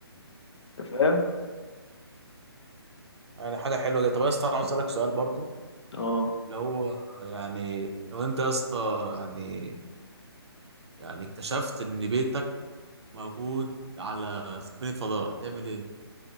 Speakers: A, on the left; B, on the right.
A: انت فاهم
B: يعني حاجه حلوه جدا طب يا اسطى انا عاوز اسالك سؤال برضه
A: اه
B: اللي هو يعني لو انت يا اسطى يعني يعني اكتشفت ان بيتك موجود على سفينه فضاء هتعمل ايه؟